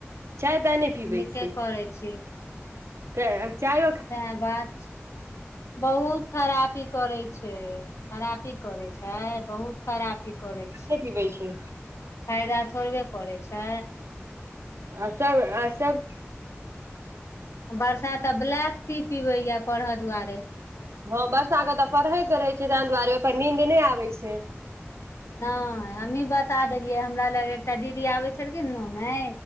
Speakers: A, on the right; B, on the left.
A: चाय ताय नय पीबै
B: नीके
A: छी
B: करै छी
A: तऽ चाय
B: सएह बात बहुत खरापी करै छै खरापी करै छय बहुत खरापी करै छै
A: <inaudible> पिबै छै
B: फायदा थोड़बे करै छै
A: अ सब अ सब
B: बर्षा तऽ ब्लैक टी पिबै या पढ़य दुआरे
A: हँ वर्षा के तऽ परहे के रहैत छै तइ दुआरे ओइ पर नींद नय आबै छै
B: नय हमही बता देलियै हमरा लग एकटा दीदी आबै छलखिन ने ने